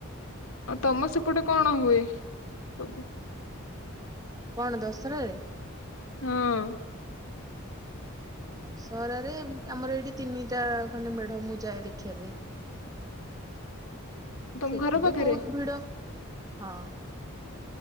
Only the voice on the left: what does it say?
ଆଉ ତମ ସେପଟେ କଣ ହୁଏ ସବୁ?
ହଁ।
ତମ
ଘର ପାଖରେ?